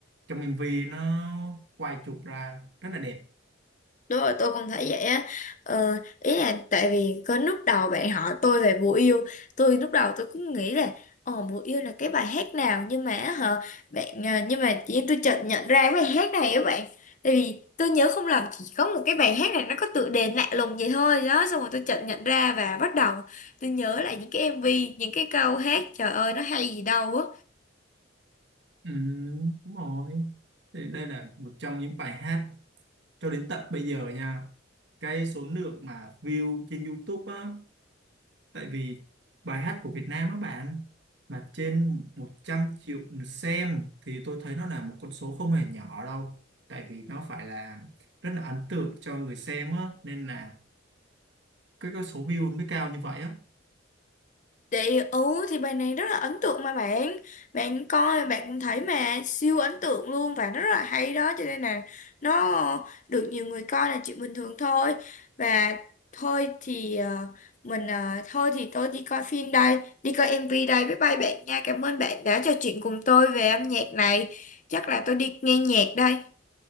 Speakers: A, on the right; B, on the left.
A: trong MV nó quay chụp ra rất là đẹp
B: Đúng rồi, tôi cũng thấy vậy á. Ờ, ý là tại vì có lúc đầu bạn hỏi tôi về Bùa Yêu, tôi lúc đầu tôi cũng nghĩ là Ồ, Bùa Yêu là cái bài hát nào nhưng mà á hả bạn ờ, nhưng mà chị tôi chợt nhận ra cái bài hát này á bạn. Tại vì tôi nhớ không lầm chỉ có một cái bài hát này nó có tựa đề lạ lùng vậy thôi đó xong rồi tôi chợt nhận ra và bắt đầu tôi nhớ lại những cái MV những cái câu hát trời ơi nó hay gì đâu á
A: Ừ, đúng rồi. thì đây là một trong những bài hát cho đến tận bây giờ nha cái số lượng mà view trên YouTube á tại vì bài hát của Việt Nam á bạn mà trên 100 triệu lượt xem thì tôi thấy nó là một con số không hề nhỏ đâu tại vì nó phải là rất là ấn tượng cho người xem á nên là cái, cái số view nó mới cao như vậy á
B: Chị, ừ thì bài này rất là ấn tượng mà bạn Bạn coi bạn cũng thấy mà siêu ấn tượng luôn và rất là hay đó Cho nên là nó được nhiều người coi là chuyện bình thường thôi Và thôi thì ờ, mình ờ, thôi thì tôi đi coi phim đây Đi coi MV đây, bye bye bạn nha Cảm ơn bạn đã trò chuyện cùng tôi về âm nhạc này Chắc là tôi đi nghe nhạc đây